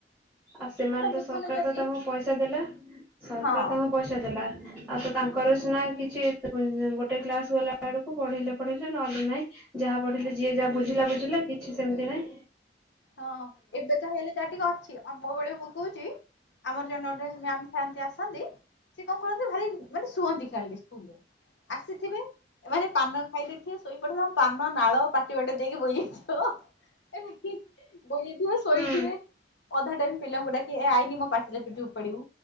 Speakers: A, in the centre; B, on the left (about 75°).
A: ଆଉ ସେମାନେ ତ
B: ବୁଝନ୍ତେ
A: ସରକାର
B: ଯଦି
A: ତ ତାଙ୍କୁ ପଇସା ଦେଲା ସରକାର
B: ହଁ
A: ତାଙ୍କୁ ପଇସା ଦେଲା। ଆଉ ତ ତାଙ୍କର ସିନା କିଛି ଗୋଟେ କ୍ଲାସ ଗଲା ବେଳକୁ ପଢେଇଲେ ପଢେଇଲେ ନହଲେ ନହିଁ ଯାହା
B: ନହେଲେ
A: ପଢିଲେ
B: ନାହିଁ।
A: ଯିଏ ଯାହା ବୁଝିଲା ବୁଝିଲା କିଛି ସେମିତି ନାଇଁ।
B: ହଁ ଏବେ ତ ହେଲେ ଯା ଟିକେ ଅଛି ଆମ ବେଳେ ମୁଁ କହୁଛି ଆମର ଜଣେ ଗୋଟେ ମ୍ୟାମ୍ ଥାନ୍ତି ଆସନ୍ତି ସେ କଣ କରନ୍ତି ଭାରି ମାନେ ଶୁଅନ୍ତି ଖାଲି ସ୍କୁଲରେ। ଆସିଥିବେ ଏମାନେ ପାନ ଖାଇ ଦେଇଥିବେ ଶୋଇପଡିଥିବେ ତାଙ୍କ ପାନ ନାଳ ପାଟି ବାଟେ ଦେଇକି ବୋଇଯାଇଥିବ। ବୋହିଯାଇଥିବେ ଶୋଇଥିବେ
A: ହୁଁ
B: ଅଧା ଟାଇମ୍ ପିଲାଙ୍କୁ ଡା କି ଆଇନି ମୋ ପାଚିଲା ଚୁଟି ଉପାଡିବୁ।